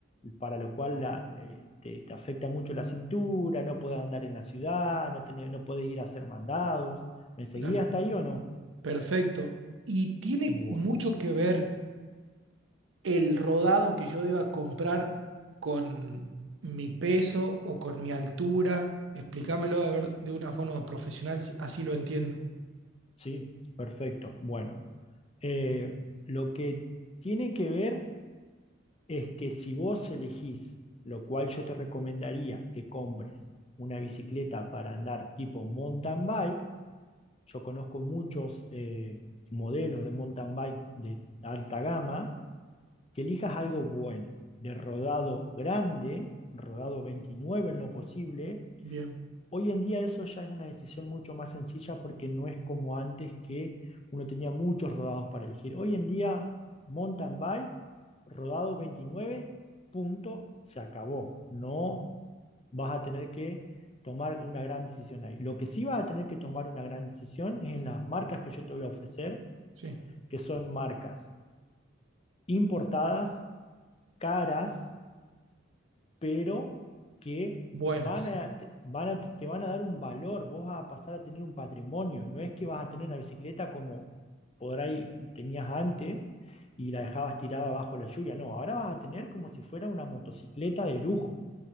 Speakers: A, on the left (about 30°); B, on the right (about 70°).
A: para lo cual la- le- te, te afecta mucho la cintura, no podés andar en la ciudad, no, tenés- no podés ir a hacer mandados. ¿Me seguía
B: claro.
A: hasta ahí o no?
B: Perfecto. Y tiene
A: Bueno,
B: mucho que ver el rodado que yo deba comprar con mi peso o con mi altura. Explícamelo a ver de una forma profesional, si- así lo entiendo.
A: sí, perfecto. Bueno, eh, lo que tiene que ver es que si vos elegís, lo cual yo te recomendaría que compres una bicicleta para andar tipo mountain bike, yo conozco muchos eh, modelos de mountain bike de alta gama, que elijas algo bueno, de rodado grande, rodado 29 en lo posible,
B: Bien,
A: Hoy en día eso ya es una decisión mucho más sencilla porque no es como antes que uno tenía muchos rodados para elegir. Hoy en día, mountain bike, rodado 29, punto, se acabó. No vas a tener que tomar una gran decisión ahí. Lo que sí vas a tener que tomar una gran decisión es en las marcas que yo te voy a ofrecer,
B: sí.
A: que son marcas importadas, caras, pero que
B: Buenas.
A: van a, te, van a- te van a dar un valor, vos vas a pasar a tener un patrimonio, no es que vas a tener una bicicleta como por ahí tenías antes y la dejabas tirada bajo la lluvia, no, ahora vas a tener como si fuera una motocicleta de lujo,